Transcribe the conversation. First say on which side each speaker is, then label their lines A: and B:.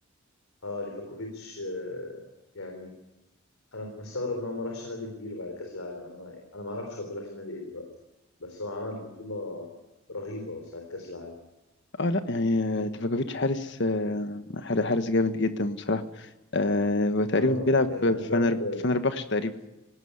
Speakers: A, on the left; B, on the left.
A: اه ليفاكوفيتش آه يعني أنا مستغرب إن هو ما راحش نادي كبير بعد كأس العالم أنا ما أنا ما أعرفش هو بيلعب في نادي إيه دلوقتي بس هو عمل بطولة رهيبة ساعة كأس العالم
B: اه لا يعني آه، ليفاكوفيتش حارس آه، حار- حارس جامد جدا بصراحه آه، هو تقريبا
A: اه
B: بيلعب
A: كان
B: في
A: أسباب
B: فنر فنربخش تقريبا